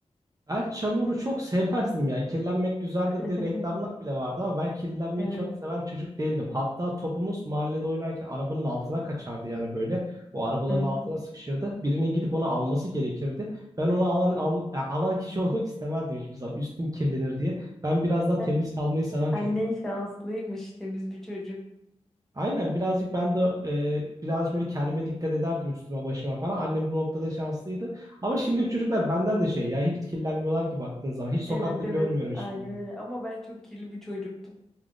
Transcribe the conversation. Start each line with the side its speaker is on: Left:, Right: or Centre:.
Right: Ben çamuru çok sevmezdim ya. Kirlenmek güzeldir
Centre: <laughs>
Right: diye reklamlar bile vardı ama ben kirlenmeyi
Centre: Evet.
Right: çok seven çocuk değildim. Hatta topumuz mahallede oynarken arabanın altına kaçardı yani böyle. O arabaların
Centre: Hı
Right: altına
Centre: hı.
Right: sıkışırdı. Birinin gidip onu alması gerekirdi. Ben onu alan al, ya, alan kişi <laughs> olmak istemezdim hiçbir zaman. Üstüm kirlenir diye. Ben biraz daha
Centre: Ben-
Right: temiz kalmayı seven çocuk.
Centre: Annen şanslıymış temiz bir çocuk.
Right: Aynen birazcık ben de e, biraz böyle kendime dikkat ederdim üstüme başıma falan. Annem bu noktada şanslıydı. Ama şimdiki çocuklar benden de şey ya hiç kirlenmiyorlar ki baktığın zaman. Hiç sokakta
Centre: Evet evet
Right: görmüyorum hiçbirini.
Centre: aynen öyle ama ben çok kirli bir çocuktum.